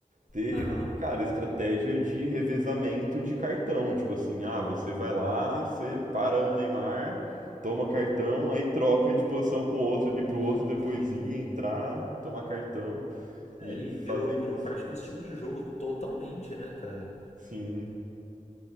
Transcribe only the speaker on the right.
ter,
cara, estratégia de revezamento de cartão. Tipo assim, ah, você vai lá, você para o Neymar, toma cartão, aí troca de posição com o outro ali pro
outro depois
ir, entrar, tomar cartão
e
fazer
isso.
Sim,